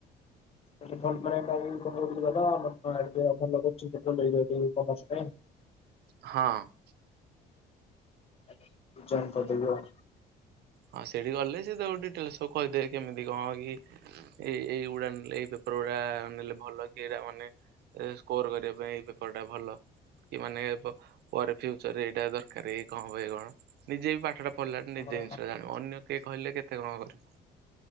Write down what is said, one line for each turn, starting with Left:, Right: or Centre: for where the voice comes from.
Left: <unintelligible>
Right: ହଁ।
Left: ଏକାଥରେ ଜଏନ୍ କରଦେବୀ ଅ
Right: ହଁ ସେଇଠି ଗଲେ ସେ ତମକୁ ଡିଟେଲ୍ ସବୁ କହିଦେବେ କେମିତି କଣ କି? ଏ ଏଇ ଏଇଗୁଡା ନେଲେ ଏଇ ପେପର ଗୁଡା ନେଲେ ଭଲ କି ଏଇଡା ମାନେ ଏ ସ୍କୋର କରିବା ପାଇଁ ଏଇ ପେପର ଟା ଭଲ। କି ମାନେ ପ ପରେ ଫିୟୁଚର ରେ ଏଇଟା ଦରକାର କି କଣ ହବ କଣ ନିଜେ ବି ପାଠଟା ପଢ଼ିଲା ଠୁ ନିଜେ
Left: ଆମର
Right: ଜିନିଷଟା ଜାଣିବୁ ଅନ୍ୟ କିଏ କହିଲେ କେତ କଣ କରିବୁ।